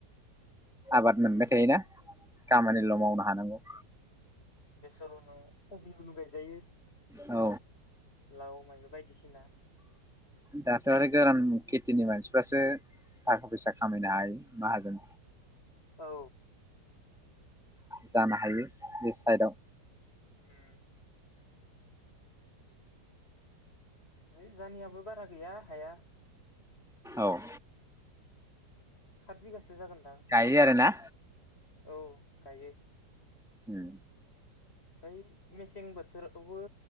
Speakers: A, in the centre; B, on the left.
A: आबाद
B: उम
A: मोनबाय थायोना खामानिल' मावनो हानांगौ।
B: बेसराव नों कबियाव लुबागायजायो
A: औ।
B: लाव मायबो बायदिसिना।
A: दाथ' आरो गोरान खेथिनि मानसिफ्रासो थाखा फैसा खामायनो हायो माहाजोन।
B: औ।
A: जानो हायो बे साइडआव।
B: उम। हैइ जानियाबो बारा गैया हाया।
A: औ।
B: सात बिगासो जागोनदां
A: गायो आरो ना?
B: औ गायो।
A: उम।
B: ओमफाय मेसें बोथोर। खौबो